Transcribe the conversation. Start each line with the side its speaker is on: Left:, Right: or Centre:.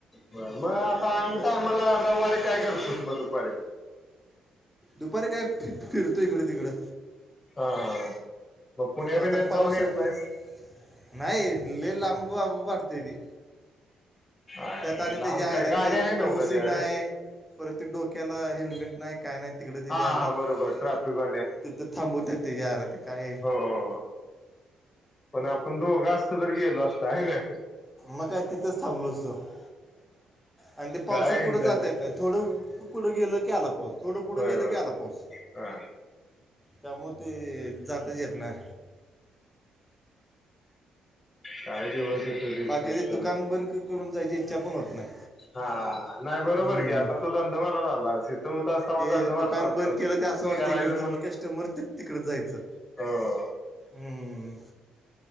Left: मग आता टय मला रविवारी काय करतो तु म दुपारी
Centre: दुपारी काय फिरतो इकडं तिकडं.
Left: हा हा मग पुण्या बिण्यातत
Centre: आता पाऊस
Left: जाऊन येत
Centre: आहे
Left: नाहीस.
Centre: नाही लांबब पडते ती
Left: आयला
Centre: त्यात आणि
Left: लांब
Centre: त्या जे आयला
Left: काय गाडी
Centre: ते
Left: आहे
Centre: पीयूसी
Left: नव का तुझ्याकडे
Centre: नाही परत ते डोक्याला हेल्मेट. नाही काय नाही तिकडं त्याच्या
Left: हा हा
Centre: आयला
Left: बरोबर ट्राफिकवा
Centre: तिथं थांबवतात त्याच्या आयला ते काय
Left: हो. पण आपण दोघ असत ज गेलो असत आहे ना.
Centre: मग काय तिथंच थांबलो असत आणि ते पावसात
Left: काय इंटायच
Centre: कुठं जात येत नाही थोडं. पुढं गेल की आला पाऊस, थोडं पुढं
Left: होय
Centre: गेल
Left: होय
Centre: की आला पाऊस.
Left: हा
Centre: त्यामुळे ते जाताच येत नाही.
Left: काही दिवस. होत इथं
Centre: ते
Left: होतं
Centre: दुकान बंद करून जायची इच्छा पण होत नाही.
Left: हा नाही बरोबर
Centre: हम्म.
Left: की, आता तू धंदवाला झालास इथं होतास तवा
Centre: ते
Left: धंदवाला
Centre: दुकान
Left: नव्हतास.
Centre: बंद केलं ते असं वाटतं
Left: करायचं
Centre: इकडचं कस्टमर ते तिकड जायचं.
Left: ह.
Centre: हम.